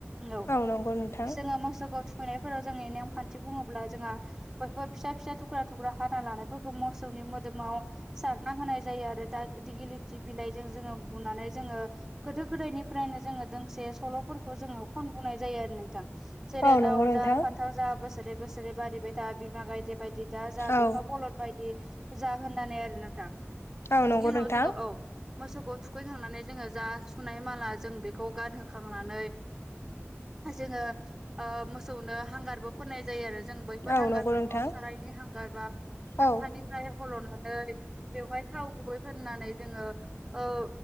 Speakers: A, on the right; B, on the left.
A: औ
B: नंगौ नोंथां
A: जोङो मोसौखौ थुखैनायफोराव जोंनि नेमखान्थि बुङोब्ला जोंहा बयफोर फिसा - फिसा थुख्रा - थुख्रा हाना लानायफोरखौ मसौनि मोदोमाव सारना होनाय जायो आरो दा दिगिलिथि बिलाइजों जोङो बुनानै जोङो गोदो गोदायनिफ्रायनो जोङो दोंसे सल'फोरखौ जोङो खनबोनाय जायो आरो नोंथां। जे
B: औ
A: लाव
B: नंगौ नोंथां
A: जा फान्थाव जा बोसोरे बोसोरै बारिबाय था बिमा गायदे बायदि दा जा
B: औ
A: बिफा बलद बाय दि जा होननानै आरो नोंथां
B: औ
A: बिनि
B: नंगौ
A: उनाव
B: नोंथां
A: जोङो औ मोसौखौ थुखैखांनानै जोङो जा सुनाय माला जों बेखौ गानहोखांनानै जोङो ओ मोसौनो हांगारबो फोनाय जायो आरो जों बैफोर
B: औ
A: हांगारफोरखौ
B: नंगौ नोंथां
A: सारायनि हांगार बा खान्थानि
B: औ
A: फ्राय हल'नानै बेवहाय थाव गुबै फोननानै जोङो ओ